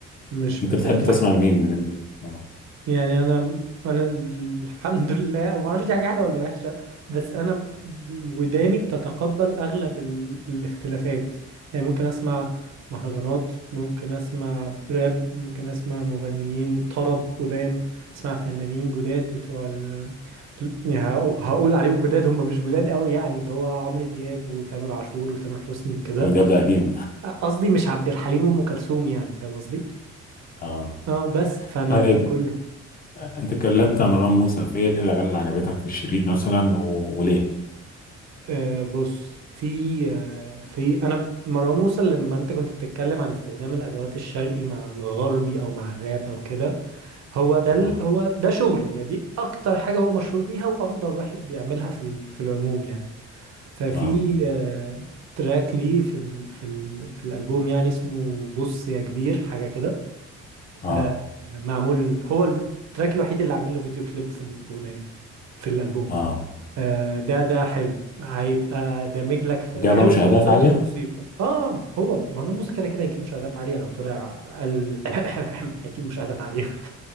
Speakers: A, on the right; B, on the left.
A: مش
B: انت
A: بترتاح
B: بتحب تسمع لمين من دول اه
A: يعني انا انا الحمد <laughs> لله او ما اعرفش دي حاجه حلوه ولا وحشه بس انا ب- وداني بتتقبل اغلب ال... الاختلافات يعني ممكن اسمع مهرجانات ممكن اسمع راب ممكن اسمع مغنيين طرب قدام اسمع فنانين جداد بتوع ال... ال- يعني هقو- هقول عليهم جداد هم مش جداد قوي يعني اللي هو عمرو دياب وتامر عاشور وتامر حسني وكده
B: عمرو دياب ده قديم
A: قصدي مش عبد الحليم وام كلثوم يعني فاهم قصدي
B: اه
A: اه بس فانا
B: طيب
A: كله
B: انت اتكلمت عن مروان موسى في ايه الاغاني اللي عجبتك في الشريط مثلا و... وليه
A: آه بص في آه في انا مروان موسى لما انت كنت بتتكلم عن استخدام الادوات الشرقي مع الغربي او مع الراب او كده هو ده ال-
B: اه
A: هو ده شغله يعني دي اكتر حاجه هو مشهور بيها وافضل واحد بيعملها في ال- في العموم يعني ففي
B: اه
A: آه تراك ليه في ال في ال في الالبوم يعني اسمه بص يا كبير حاجه كده
B: اه
A: آه معمول هو التراك الوحيد اللي عامل له فيديو كليب في الاغنيه في الالبوم
B: اه
A: آه، ده ده حلو هيبقى دامج لك في
B: وجايبه
A: حلو
B: مشاهدات
A: بالنسبه
B: عاليه
A: لك الموسيقى اه هو ما هو الموسيقى كده كده هيجيب مشاهدات عاليه لو طلع قال <coughs> <laughs> هيجيب مشاهدات عاليه <laughs>